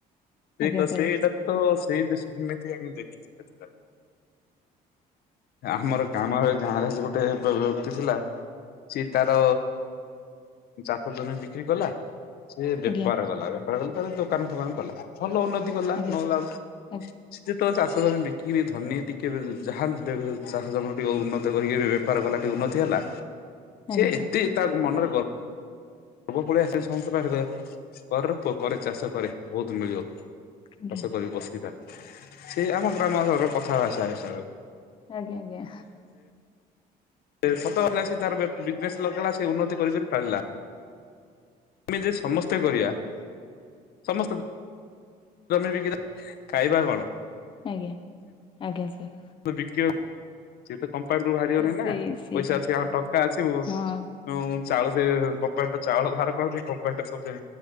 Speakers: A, on the left; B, on the left.
A: ସେ
B: ଆଜ୍ଞା
A: ତ
B: ସାର୍
A: ସେଇଟା ତ ସେଇ ସେମିତି ଆମେ ଦେଖିଛୁ କେତେଟା। ଆମର କାମ ଏ ଗାଁରେ ହେଲେ ଗୋଟେ ବ ବ୍ୟକ୍ତି ଥିଲା। ସିଏ ତାର ଚାଷ ଜମି ବିକ୍ରି କଲା। ସେ ବେପାର
B: ଆଜ୍ଞା
A: କଲା ବେପାର କଲେ ତାର ଦୋକାନ ଫୋକାନ କଲା ଭଲ ଉନ୍ନତି କଲା
B: ଆଜ୍ଞା
A: ନୋ ଡାଉଟ୍।
B: ଆଜ୍ଞା
A: ସିଏ ଯେତବେଳେ ଚାଷ ଜମି ବିକି କିରି ଧନୀ ଟିକେ ଯାହା <unintelligible> ଚାଷ ଜମି ବିକି ଟି ଉନତକରିକି ଏବେ ବେପାର କଲା ଟିକେ ଉନ୍ନତି ହେଲା ସିଏ
B: ଆଜ୍ଞା ସାର୍
A: ଏତେ ତା ମନରେ ଗ ପୁଅ ପଳେ ଆସିବ ସମସ୍ତ ଙ୍କ ଆଗରେ କହିବ କରରେ ପୁଅ ଚାଷ କରେ ବହୁତ ମିଳିବ।
B: ଆଜ୍ଞା
A: ଚାଷ କରି ବସିଥା ସେ ଆମ ଗ୍ରାମରର କଥା ଭାଷା ହିସାବରେ। <unintelligible>
B: ଆଜ୍ଞା ଆଜ୍ଞା
A: ସତ ହେଲା ସେ ତାର ବେ ବିଜନେସ ଲଗେଇଲା ସେ ଉନ୍ନତି କରିିକରି ଚାଲିଲା। ଆମେ ଯେ ସମସ୍ତେ କରିବା ସମସ୍ତେ ଜମି ବିକି କିରି, ଖାଇବା କଣ?
B: ଆଜ୍ଞା ଆଜ୍ଞା ସାର୍।
A: ବିକ ସିଏ ତ କମ୍ପାନୀରୁୁ ବାହାରିବନି ନା
B: ସେଇ ସେଇଟା
A: ପଇସା ଅଛି ଟଙ୍କା ଅଛି ମୁ
B: ହଁ
A: ଉଁ ଚାଉଳ ସେ କମ୍ପାନୀ ଚାଉଳ ବାହାର କରନ୍ତି କମ୍ପାନୀରେ ସବୁ